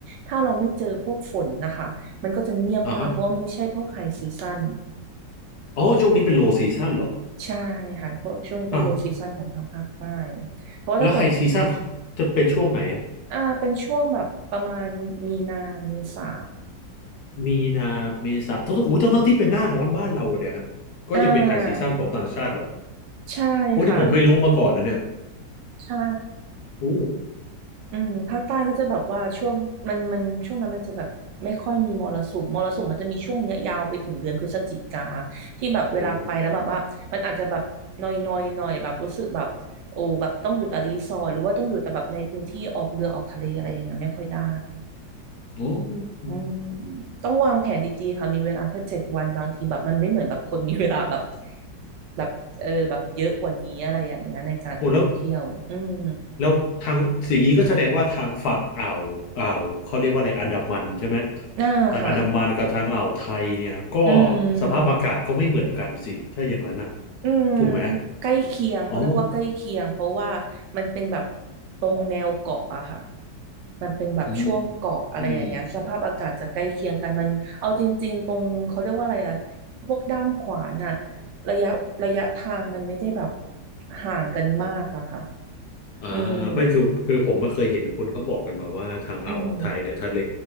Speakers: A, on the right (about 75°); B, on the left (about 65°).
A: ถ้าเราไม่เจอพวกฝนนะคะมันก็จะเงียบมากเพราะว่ามันไม่ใช่พวกไฮซีซั่น
B: อ่าฮะอ๋อช่วงนี้เป็นโลซีซั่นเหรอ
A: ใช่ค่ะเพราะช่วงนี้เป็นโลซีซั่นของทางภาคใต้
B: อ่าว
A: เพราะว่าถ้าแบบ
B: แล้วไฮซีซั่นจะเป็นช่วงไหนอะ
A: อ่าเป็นช่วงแบบประมาณมีนาเมษา
B: มีนาเมษาต้องอู้ทั้งทั้งที่เป็นหน้าร้อนบ้านเราเนี่ยฮะก็ยังเป็นไฮซีซั่นของต่างชาติเหรอ
A: อ่าใช่ค่ะ
B: โอ้ที่ผมไม่รู้มาก่อนนะเนี่ย
A: ใช่
B: โอ้
A: อืมภาคใต้เขาจะแบบว่าช่วงมันมันช่วงนั้นมันจะแบบไม่ค่อยมีมรสุมมรสุมมันจะมีช่วงเนี้ยยาวไปถึงเดือนพฤศจิกาที่แบบเวลาไปแล้วแบบว่ามันอาจจะแบบนอยนอยหน่อยแบบรู้สึกแบบโอ้แบบต้องอยู่แต่รีสอร์ทหรือว่าต้องอยู่แต่แบบในพื้นที่ออกเรือออกทะเลอะไรอย่างเงี้ยไม่ค่อยได้
B: โอ้โอ้โหโอ้
A: อืมต้องวางแผนดีๆค่ะมีเวลาแค่เจ็ดวันบางทีแบบมันไม่เหมือนแบบคนมีเวลาแบบแบบเออแบบเยอะกว่านี้อะไรอย่างเงี้ยในการท่องเที่ยวอืม
B: โหแล้ว แล้วทางสิ่งนี้ก็แสดงว่าทางฝั่งอ่าวอ่าวเขาเรียกว่าอะไรอันดามันใช่ไหม
A: น่าค่ะ
B: ทางอันดามันกับทางอ่าวไทยเนี่ยก็
A: อืม
B: สภาพอากาศก็ไม่เหมือนกันสิถ้าอย่างนั้นน่ะ
A: อืม
B: ถูกไหม
A: ใกล้เคียงเขาเรียกว่าใกล้เคียงเพราะว่ามันเป็นแบบ
B: อ๋อ
A: ตรงแนวเกาะอะค่ะมันเป็นแบบช่วงเกาะอะไรอย่างเงี้ยสภาพอากาศจะใกล้เคียงกันมันเอาจริงๆตรงเขาเรียกว่าอะไรอะ
B: อืม
A: พวกด้ามขวานอะระยะระยะทางมันไม่ได้แบบห่างกันมากอะค่ะ
B: อ่าไม่คือคือผมไม่เคยเห็นคนเขาบอกกันมาว่าทางอ่าวอ่าวไทยเนี่ยทะเล
A: อืมอืม